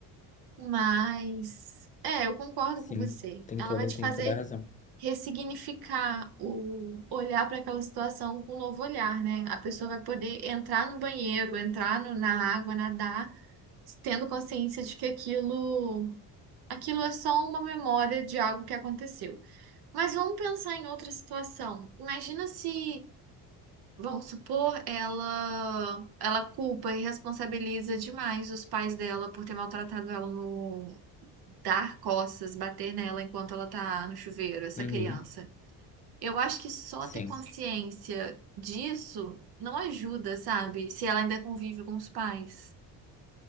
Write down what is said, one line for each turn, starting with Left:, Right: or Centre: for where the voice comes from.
Right: Mas é, eu concordo
Left: Sim,
Right: com você.
Left: tem
Right: Ela
Left: toda,
Right: vai te
Left: tem
Right: fazer
Left: toda a razão.
Right: ressignificar o olhar para aquela situação com um novo olhar, né? A pessoa vai poder entrar no banheiro, entrar no- na água, nadar tendo consciência de que aquilo, aquilo é só uma memória de algo que aconteceu. Mas vamos pensar em outra situação. Imagina se, vamos supor, ela, ela culpa e responsabiliza demais os pais dela por ter maltratado ela no dar costas, bater nela enquanto ela tá no chuveiro, essa
Left: Uhum,
Right: criança. Eu acho que só
Left: sim,
Right: ter consciência disso não ajuda, sabe? Se ela ainda convive com os pais.